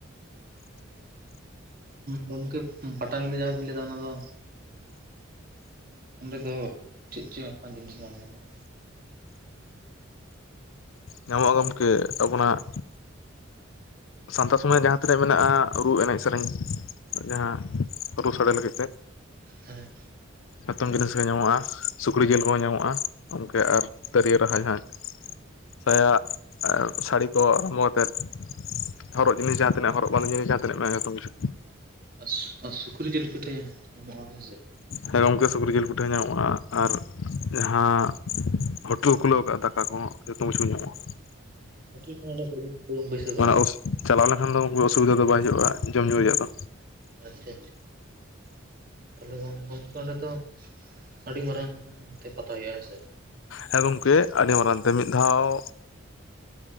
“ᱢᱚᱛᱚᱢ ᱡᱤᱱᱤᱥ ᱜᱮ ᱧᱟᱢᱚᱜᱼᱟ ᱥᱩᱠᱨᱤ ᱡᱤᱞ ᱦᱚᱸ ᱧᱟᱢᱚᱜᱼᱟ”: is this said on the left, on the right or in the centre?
Left